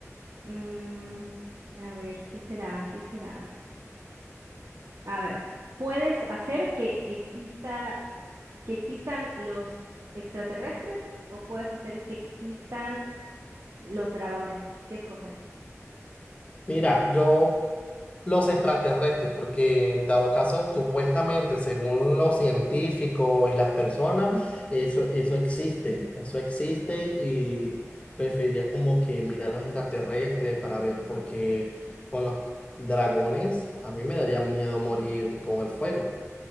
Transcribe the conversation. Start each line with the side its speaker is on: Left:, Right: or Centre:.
Right: Mm, a ver, ¿qué será? ¿Qué será? A ver, ¿puedes hacer que exista, que existan los extraterrestres o puedes hacer que existan los dragones? ¿Qué escoges?
Left: Mira, yo los extraterrestres, porque dado caso, supuestamente, según los científicos y las personas, eso, eso existe, eso existe y preferiría como que mirar los extraterrestres para ver, porque con los dragones a mí me daría miedo morir con el fuego.